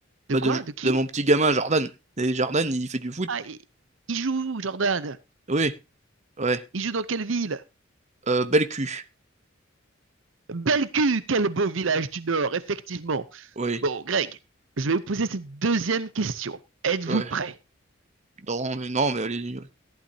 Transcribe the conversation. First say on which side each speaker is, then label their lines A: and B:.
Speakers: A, on the right; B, on the right.
A: Bah
B: De quoi
A: de,
B: De qui
A: de mon petit gamin Jordan. Et Jordan, il fait du foot.
B: Ah, il, il joue où, Jordan
A: Oui, ouais.
B: Il joue dans quelle ville
A: Euh, bel cul.
B: Belcu, quel beau village du Nord, effectivement.
A: Oui,
B: Bon, Greg, je vais vous poser cette deuxième question. Êtes-vous
A: ouais.
B: prêt
A: Non, mais non, mais allez-y. Ouais.